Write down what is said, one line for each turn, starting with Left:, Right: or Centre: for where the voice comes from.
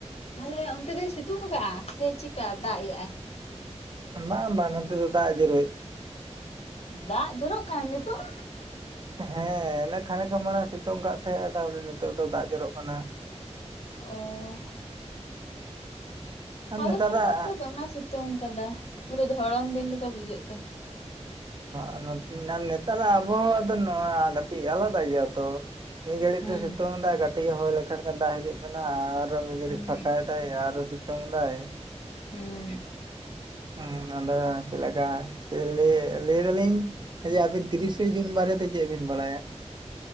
Left: ᱛᱟᱦᱞᱮ ᱚᱱᱛᱮ ᱫᱚᱭ ᱥᱤᱛᱩᱝ ᱠᱟᱜᱼᱟ ᱥᱮ ᱪᱮᱠᱟ ᱫᱟᱜ ᱮᱜ ᱟᱭ?
Right: ᱵᱟᱝ, ᱵᱟᱝ ᱱᱚᱛᱮ ᱫᱚ ᱫᱟᱜ ᱮ ᱡᱚᱨᱚ
Left: ᱫᱟᱜ ᱡᱚᱨᱚᱜ ᱠᱟᱱᱟ ᱱᱤᱛᱚᱜ?
Right: ᱦᱮᱸ ᱚᱱᱮ ᱠᱷᱟᱱᱮᱠᱷ <unintelligible> ᱥᱤᱛᱩᱝ ᱠᱟᱜ ᱛᱟᱦᱮᱸᱜᱼᱟ ᱛᱯᱚᱨᱮ ᱱᱤᱛᱚᱜ ᱫᱚ ᱫᱟᱜ ᱡᱚᱨᱚᱜ ᱠᱟᱱᱟ᱾
Left: ᱚᱻ᱾
Right: ᱟᱨ
Left: ᱟᱞᱮ
Right: ᱱᱮᱛᱟᱨᱟᱜ
Left: ᱥᱮᱱ ᱢᱟᱛᱚ ᱫᱚᱢᱮ ᱥᱤᱛᱩᱝ ᱠᱟᱫᱟ ᱯᱩᱨᱟᱹ ᱫᱷᱚᱨᱚᱢ ᱫᱤᱱ ᱞᱮᱠᱟ ᱵᱩᱡᱷᱟᱹᱜ ᱠᱟᱱᱟ᱾
Right: ᱚ ᱱᱟ ᱱᱮᱛᱟᱨ ᱟᱵᱚ ᱦᱟᱣᱟ ᱫᱚ ᱟᱞᱟ ᱫᱟ ᱜᱮᱭᱟ ᱛᱚ᱾ ᱢᱤᱫ ᱜᱦᱟᱹᱲᱤᱡ
Left: ᱦᱩᱸ
Right: ᱫᱚ ᱥᱤᱛᱩᱝ ᱫᱟ ᱠᱟᱹᱴᱤᱡ ᱮ ᱦᱚᱭ ᱞᱮᱠᱷᱟᱱ ᱜᱮ ᱫᱟᱜ ᱦᱤᱡᱩᱜ ᱠᱟᱱᱟ ᱟᱨᱚ ᱢᱤᱜᱷᱟᱹᱲᱤᱡ
Left: ᱦᱩᱸ
Right: ᱯᱷᱟᱠᱟᱭ ᱟᱨᱚ ᱥᱤᱛᱩᱝ ᱫᱟᱭ
Left: ᱦᱩᱸ᱾
Right: ᱦᱩᱸ ᱟᱫᱚ ᱪᱮᱞᱮ ᱠᱟᱭ ᱞᱟᱹᱭ ᱫᱟᱞᱤᱧ ᱡᱮ ᱟᱵᱤᱱ ᱛᱤᱨᱤᱥᱮ ᱡᱩᱱ ᱵᱟᱨᱮ ᱛᱮ ᱪᱮᱫ ᱵᱤᱱ ᱵᱟᱲᱟᱭᱟ?